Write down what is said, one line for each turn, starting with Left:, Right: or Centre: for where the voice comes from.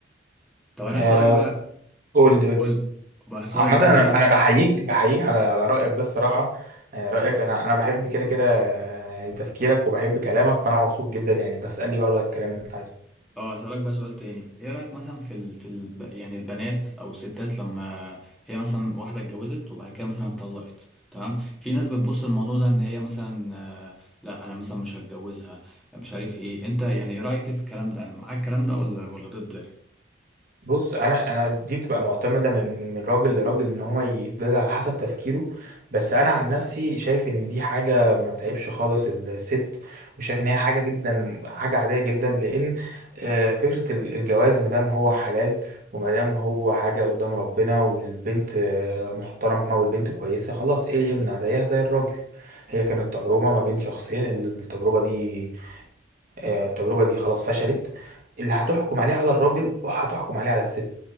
Centre: طب انا
Right: آه
Centre: هسألك بقى
Right: قول
Centre: قلت
Right: لي قول لي
Centre: بقى هسألك
Right: عامة
Centre: بقى سؤال
Right: انا انا بحييك بحييك على على رأيك ده الصراحة آه، رأيك انا انا بحب كده كده آه، يعني تفكيرك وبحب كلامك فانا مبسوط جدا يعني بسألني بقى بقى الكلام اللي انت عايزه
Centre: اه هسألك بقى سؤال تاني ايه رأيك مثلا في ال... في ال... يعني البنات او الستات لما هي مثلا واحدة اتجوزت وبعد كده مثلا اتطلقت تمام في ناس بتبص الموضوع ده ان هي مثلا آه، لا انا مثلا مش هتجوزها مش عارف ايه انت يعني ايه رأيك في الكلام ده معاك الكلام ده ولا ولا ضده يعني
Right: بص انا انا دي بتبقى معتمده من من من راجل لراجل ان هو يتداد على حسب تفكيره بس انا عن نفسي شايف ان دي حاجه ما تعيبش خالص الست وشايف ان هي حاجه جدا حاجه عاديه جدا لان آه، فكره ال- الجواز ما دام هو حلال وما دام هو حاجه قدام ربنا والبنت آه، محترمه والبنت كويسه خلاص ايه يمنع زيها زي الراجل هي كانت تجربه ما بين شخصين التجربه دي آه، التجربة دي خلاص فشلت اللي هتحكم عليه على الراجل وهتحكم عليه على الست